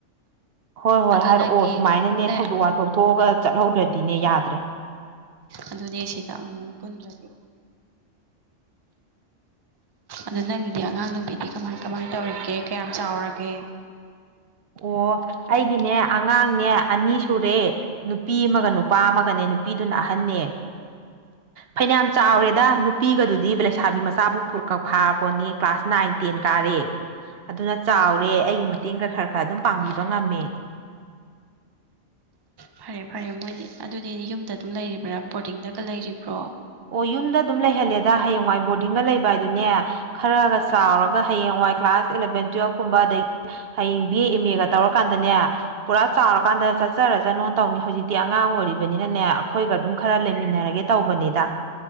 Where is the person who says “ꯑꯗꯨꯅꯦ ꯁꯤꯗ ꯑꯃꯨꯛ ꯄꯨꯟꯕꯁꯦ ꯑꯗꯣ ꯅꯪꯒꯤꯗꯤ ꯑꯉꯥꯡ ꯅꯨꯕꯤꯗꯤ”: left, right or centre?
Right